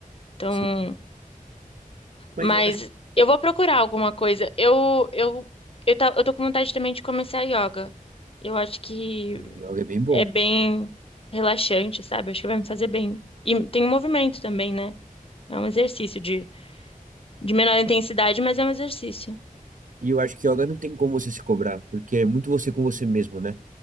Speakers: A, on the left (about 40°); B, on the right (about 65°).
A: Então,
B: Sim. Mas
A: mas
B: eu acho
A: eu vou procurar alguma coisa. Eu, eu, eu, ta- eu tô com vontade também de começar yoga. Eu acho que
B: que o yoga é bem bom.
A: é bem relaxante, sabe? Acho que vai me fazer bem. E tem um movimento também, né? É um exercício de, de menor intensidade, mas é um exercício.
B: E eu acho que yoga não tem como você se cobrar, porque é muito você com você mesmo, né?